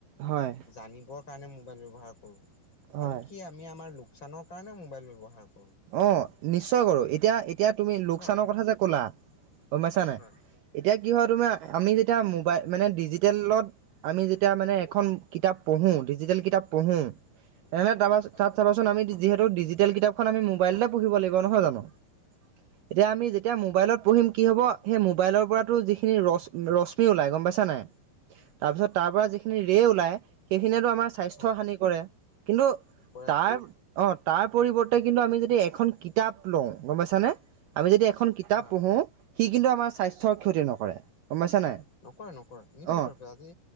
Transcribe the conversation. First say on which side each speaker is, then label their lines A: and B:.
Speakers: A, on the right; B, on the left.
A: হয়
B: জানিব কাৰণে মোবাইল ব্যৱহাৰ কৰোঁ,
A: হয়
B: আনকি আমি আমাৰ লোকচানৰ কাৰণেও মোবাইল ব্যৱহাৰ কৰোঁ।
A: অ' নিশ্চয় কৰোঁ, এতিয়া এতিয়া তুমি লোকচানৰ
B: হয়
A: কথা যে ক'লা পাইছা নাই,
B: হয়
A: এতিয়া কি হয় তুমি আমি যেতিয়া মোবাইল মানে ডিজিটেলত আমি যেতিয়া মানে এখন কিতাপ পঢ়োঁ ডিজিটেল কিতাপ পঢ়ো তেনে তাৰপা
B: হয়
A: তাত চাবাচোন আমি যিহেতু ডিজিটেল কিতাপখন আমি মোবাইলতে পঢ়িব লাগিব নহয় জানো? এতিয়া আমি যেতিয়া মোবাইলত পঢ়িম কি হ'ব, সেই মোবাইলৰ পৰাতো যিখিনি ৰ-ৰশ্মি ওলাই গম পাইছা নাই? তাৰপিছত
B: হয়
A: তাৰপা যিখিনি ৰে ওলাই সেইখিনিয়েতো আমাৰ স্বাস্থ্য
B: হয়
A: হানি কৰে কিন্তু
B: কৰে
A: তাৰ
B: কৰে
A: অ' তাৰ পৰিৱৰ্তে কিন্তু আমি যদি এখন কিতাপ লওঁ, গম পাইছা নে আমি যদি এখন কিতাপ
B: হয়
A: পঢ়ো সি কিন্তু আমাৰ স্বাস্থ্যৰ
B: হয়
A: ক্ষতি নকৰে। গম পাইছা নাই
B: নকৰে নকৰে নিশ্চিত
A: অ
B: ৰূপে, আজি